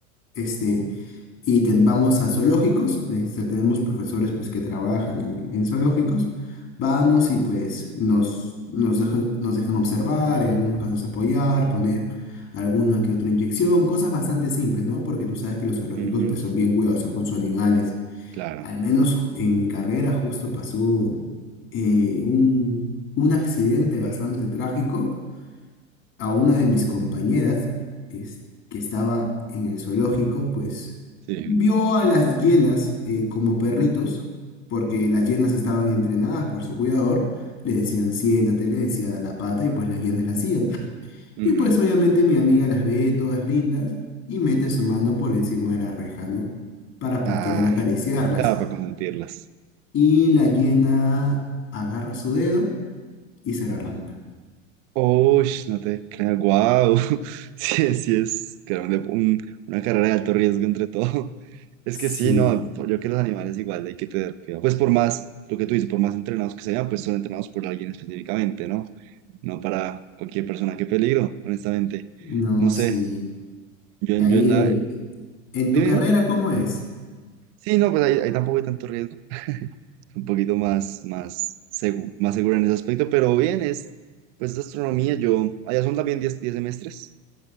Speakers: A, on the left; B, on the right.
A: Este,
B: No.
A: y ten- vamos a zoológicos, este, tenemos profesores pues que trabajan en, en zoológicos, vamos y pues nos, nos dejan, nos dejan observar, en algunos casos apoyar, poner alguna que otra inyección, cosas bastante simples, ¿no? Porque tú sabes que los zoológicos
B: Ujú,
A: pues son bien cuidadosos con sus animales.
B: claro,
A: Al menos en mi carrera justo pasó eh, un, un accidente bastante trágico a una de mis compañeras es- que estaba en el zoológico, pues
B: sí.
A: vio a las hienas eh, como perritos, porque las hienas estaban entrenadas por su cuidador, le decían siéntate, le decía da la pata y pues las hienas la hacían.
B: ujú.
A: Y pues obviamente mi amiga las ve todas lindas y mete su mano por encima de la reja, ¿no? Para
B: Ah,
A: pues querer acariciarlas.
B: claro, para consentirlas.
A: Y la hiena agarra su dedo y se lo arranca.
B: Uy, no te creas, guau. <laughs> Sí, sí es claro, un dep- un- una carrera de alto riesgo entre todo. <laughs> Es
A: Sí,
B: que sí, no, yo creo que los animales igual hay que tener cuidado. Pues por más, lo que tú dices, por más entrenados que sean, pues son entrenados por alguien específicamente, ¿no? No para cualquier persona, qué peligro, honestamente.
A: no,
B: No sé,
A: sí.
B: yo, en-
A: Ahí,
B: yo en
A: eh,
B: la...
A: En
B: Dime,
A: tu carrera,
B: dime.
A: ¿cómo es?
B: Sí, no, pues ahí, ahí tampoco hay tanto riesgo, un poquito más, más, segu- más seguro en ese aspecto, pero bien, es, pues es astronomía, yo, allá son también diez diez semestres,